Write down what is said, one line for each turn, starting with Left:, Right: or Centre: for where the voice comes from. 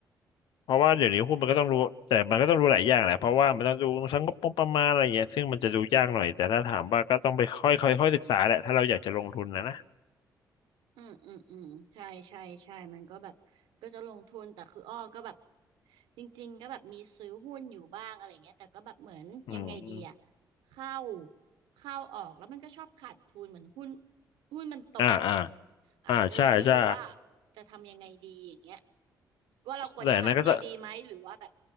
Left: เพราะว่าเดี๋ยวนี้หุ้นมันก็ต้องรู้แต่มันก็ต้องรู้หลายอย่างแหละเพราะว่ามันต้องดูทั้งงบประมาณอะไรเงี้ยซึ่งมันจะดูยากหน่อยแต่ถ้าถามว่าก็ต้องไปค่อยค่อยค่อยศึกษาแหละถ้าเราอยากจะลงทุนนะนะ
Right: อืมอืมอืมใช่ใช่ใช่มันก็แบบก็จะลงทุนแต่คืออ้อก็แบบจริงๆก็แบบมีซื้อหุ้นอยู่บ้างอะไรเงี้ยแต่ก็แบบเหมือนยังไงดีอะ
Left: อืม
Right: เข้าเข้าออกแล้วมันก็ชอบขาดทุนเหมือนหุ้นหุ้นมันตกอะ
Left: อมอ่าอ่า
Right: อ่ะก็เลยไม่รู้ว่า
Left: อ่าใช่ใช่
Right: จะทำยังไงดีอย่างเงี้ยว่าเราควรคัดเลยดีไหมหรือว่าแบบ
Left: แต่นั้นก็จะ